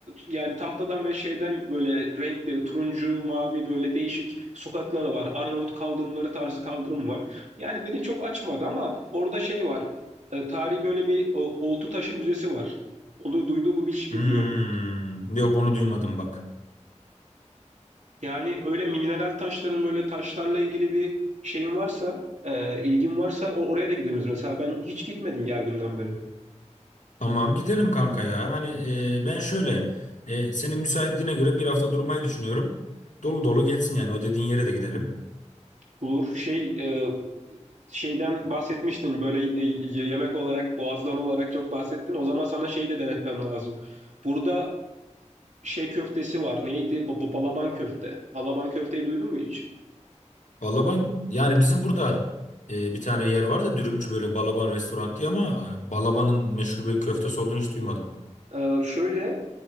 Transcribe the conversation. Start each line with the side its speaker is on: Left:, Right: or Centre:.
Right: yani tahtadan ve şeyden böyle renkli turuncu, mavi böyle değişik sokakları var. Arnavut kaldırımları tarzı kaldırım var. Yani beni çok açmadı ama orada şey var. E, tarihi böyle bir o, oltu taşı müzesi var. Onu duyduğumu mu hiç
Left: Hmm,
Right: bilmiyorum.
Left: yok onu duymadım bak.
Right: Yani öyle mineral taşların böyle taşlarla ilgili bir şeyin varsa, e, ilgin varsa o, oraya da gidebiliriz. Mesela ben hiç gitmedim geldiğimden beri.
Left: Tamam gidelim kanka ya. Hani e, ben şöyle e, senin müsaitliğine göre bir hafta durmayı düşünüyorum. Dolu dolu geçsin yani o dediğin yere de gidelim.
Right: Olur. Şey e, şeyden bahsetmiştin böyle e, yemek olarak boğazdan olarak çok bahsettin. O zaman sana şeyi de denetmem lazım. Burada şey köftesi var. Neydi? Bu bu balaban köfte. Balaban köfteyi duydun mu hiç?
Left: Vallahi ben yani bizim burada e, bir tane yer var da dürümcü böyle Balaban restoran diye ama e, Balaban'ın meşhur bir köftesi olduğunu hiç duymadım.
Right: Ee, şöyle